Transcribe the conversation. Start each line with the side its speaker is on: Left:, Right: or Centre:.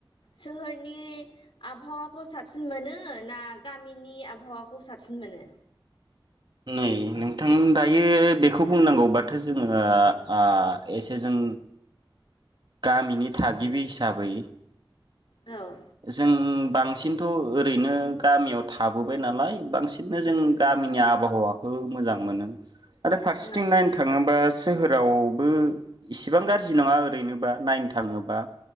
Left: सोहोरनि आबहावाखौ साबसिन मोनो ना गामिनि आबहावाखौ साबसिन मोनो?
Right: नै नोंथां दायो बेखौ बुंनांगौबाथो जोङो ओ एसे जों गामिनि थागिबि हिसाबै
Left: औ
Right: जों बांसिनथ' ओरैनो गामियाव थाबोबाय नालाय बांसिननो जों गामिनि आबहावाखौ मोजां मोनो। आरो फारसेथिं
Left: औ
Right: नायनो थाङोबा सोहो रावबो इसिबां गाज्रि नङा ओरैनोबा नायनो थाङोबा।